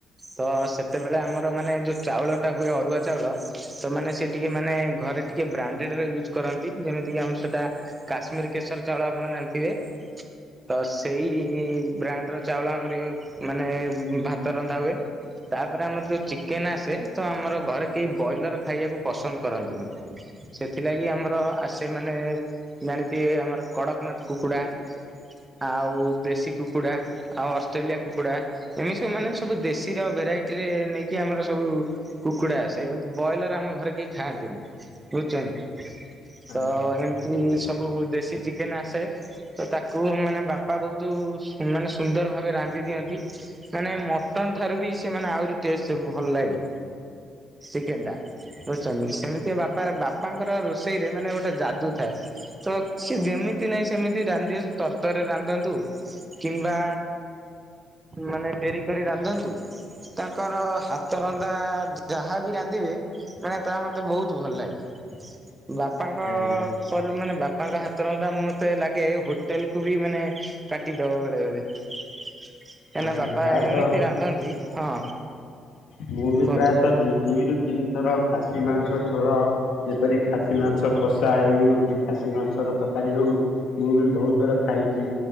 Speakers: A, on the right (about 20°); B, on the left (about 75°).
A: ତ ସେତେବେଳେ ଆମର ମାନେ ଯୋଉ ଚାଉଳ ଟା ହୁଏ ଅରୁଆ ଚାଉଳ ତ ମାନେ ସେ ଟିକେ ମାନେ ଘରେ ଟିକେ ବ୍ରାଣ୍ଡେଡ୍ରେ ୟୁଜ୍ କରନ୍ତି ଯେମିତିକି ଆମର ସେଟା କାଶ୍ମୀର୍ କେଶର ଚାଉଳ ଆପଣ ଜାଣିଥିବେ? ତ ସେଇ ବ୍ରାଣ୍ଡ ର ଚାଉଳ ଆମର ଇଏ ମାନେ ଭାତ ରନ୍ଧା ହୁଏ। ତାପରେ ଆମର ଯୋଉ ଚିକେନ୍ ଆସେ ତ ଆମର ଘରେ କେହି ବୟିଲର ଖାଇବାକୁ ପସନ୍ଦ କରନ୍ତିନି। ସେଥିଲାଗି ଆମର ଆସେ ମାନେ ଜାଣିଥିବେ ଆମର କଡକନାଥ୍ କୁକୁଡା
B: <inaudible>
A: ଆଉ ଦେଶୀ କୁକୁଡା ଆଉ ଅଷ୍ଟ୍ରେଲିଆ କୁକୁଡା ଏମିତି ସବୁ ମାନେ ସବୁ ଦେଶୀର ଭେରାଇଟି ରେ ନେଇକି ଆମର ସବୁ କୁକୁଡା ଆସେ ବ୍ରଏଲର ଆମ ଘରେ କେହି ଖାଆନ୍ତିନି ବୁଝୁଛନ୍ତି। ତ
B: ଆଜ୍ଞା
A: ଏମିତି ସବୁ ଦେଶୀ ଚିକେନ୍ ଆସେ। ତ ତାକୁ ମାନେ ବାପା ବହୁତ୍ ମାନେ ସୁନ୍ଦର ଭାବେ ରାନ୍ଧି ଦିଅନ୍ତି। ମାନେ ମଟନ୍ ଠାରୁ ବି ସେମାନେ ଆହୁରି ଟେଷ୍ଟ୍ ଭଲ ଲାଗେ ଚିକେନ୍ ଟା ବୁଝୁଛନ୍ତି ସେମିତି ବାପା ବାପାଙ୍କର ରୋଷେଇରେ ମାନେ ଗୋଟେ ଯାଦୁ ଥାଏ। ତ ସେ ଯେମିତି ନାହିଁ ସେମିତି ରାନ୍ଧିବେ ତର୍ ତରେ ରାନ୍ଧନ୍ତୁ କିମ୍ବା ମାନେ ଡେରି କରି ରାନ୍ଧନ୍ତୁ। ତାଙ୍କର ହାତ ରନ୍ଧା ଯାହାବି ରାନ୍ଧିବେ ମାନେ ତା ମତେ ବହୁତ୍ ଭଲ ଲାଗେ। ବାପାଙ୍କ
B: ଆଜ୍ଞା
A: ପରେ ମାନେ ବାପାଙ୍କ ହାତ ରନ୍ଧା ମତେ ଲାଗେ ହୋ ଟେଲ୍ କୁୁ ବି ମାନେ କାଟିଦବ ବେଳେ ବେଳେ କାହିଁକି
B: ଆଜ୍ଞା
A: ନା ବାପା
B: ପ୍ରାୟତଃ
A: ଏମିତି ରାନ୍ଧନ୍ତି ହଁ।
B: ମୁଁ ବି
A: କୁହନ୍ତୁ।
B: ପ୍ରାୟତଃ ଦୁଇରୁ ତିନି ଥର ଖାସି ମାଂସ ଝୋଳ ଯେପରି ଖାସି ମାଂସ କଷା ହେଉ କି ଖାସି ମାଂସର ତରକାରୀ ହଉ ମୁଁ ବି ବହୁତ୍ ଥର ଖାଇଛି।